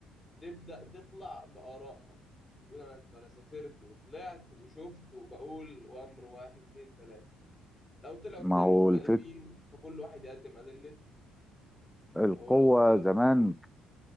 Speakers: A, on the left (about 20°); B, in the centre.
A: تبدا تطلع بآرائها تقول انا انا سافرت وطلعت وشفت وبقول وامر واحد اتنين تلاتة لو طلعوا
B: ما
A: اتنين
B: هو
A: مختلفين
B: الفك...
A: فكل واحد يقدم ادلته
B: القوه
A: او لو طلعوا
B: زمان